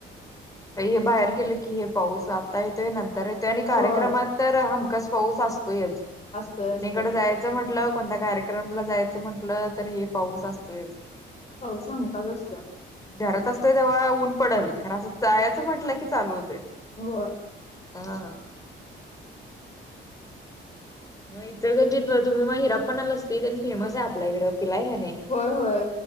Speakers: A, on the left (about 15°); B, on the left (about 35°).
A: आता हे बाहेर गेलं की, हे पाऊस आता येतोय नं तर, त्यांनी कार्यक्रमात
B: होय
A: तर ह हमखास पाऊस असतोयच
B: असतोय
A: कुणिकडं
B: असतोय
A: जायच म्हटलं कोणत्या कार्यक्रमला जायचं म्हटलं, तरी हे पाऊस असतोयच.
B: पाऊस हमखास असतोय
A: ह घरात असतोय तेव्हा ऊन पडलं, खंर चायच म्हटलं की चालू होतोय
B: हो
A: हा हे नाही इथं म्हणजे म तुम्ही मग हिरापनन्न, ला सीझनअसत आणि फेमस आहे आपल्या इकडे फ्री का नई
B: होय, होय